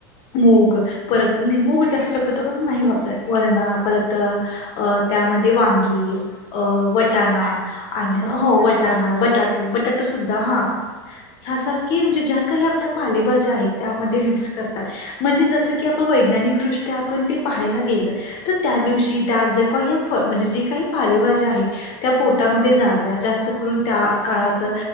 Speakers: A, on the left; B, on the right.
A: मूग परत नाही मूग जास्त शक्यतो करून नाही वापरत वरणा परत- आ त्यामध्ये वांगी अ वटाणा
B: पटाण
A: आणि
B: हा
A: हो वटाणा
B: गाजर
A: बटाटो बटाटो सुुद्धा हा हसारखे म्हणजे ज्या काही आपल्या पालेभज्या आहेत त्यामध्ये मिक्स करतात म्हणजे जस की तो वैज्ञानिक दृष्ट्या आपण पाहायला गेलं तर त्या दिवशी त्या जे काही पाले म्हणजे जी काही पालेभाजी आहेत त्या पोटामध्ये जाव्या. जास्त करून त्या त्या काळात